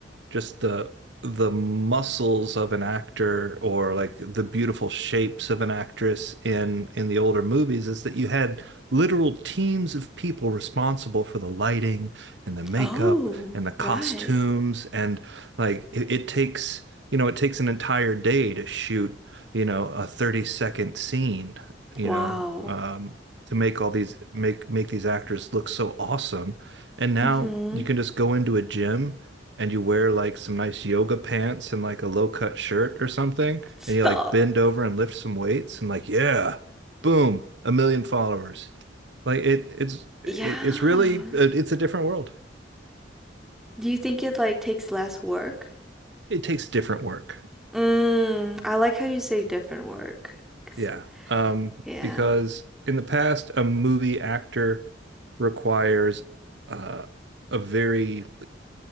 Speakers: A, on the right (about 70°); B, in the centre.
A: just the the muscles of an actor or like the beautiful shapes of an actress in in the older movies is that you had literal teams of people responsible for the lighting and the makeup
B: Oh,
A: and the costumes
B: right.
A: and like it, it takes you know it takes an entire day to shoot you know a 30 second scene you
B: Wow.
A: know um to make all these make make these actors look so awesome and now
B: Mm-hmm.
A: you can just go into a gym and you wear like some nice yoga pants and like a low-cut shirt or something,
B: Stop.
A: and you like bend over and lift some weights and like, yeah, boom, a million followers. Like it it's it,
B: Yeah.
A: it's really it's a different world.
B: Do you think it like takes less work?
A: It takes different work.
B: Mm, I like how you say different work. 'Cause-
A: Yeah. Um,
B: yeah.
A: because in the past, a movie actor requires uh, a very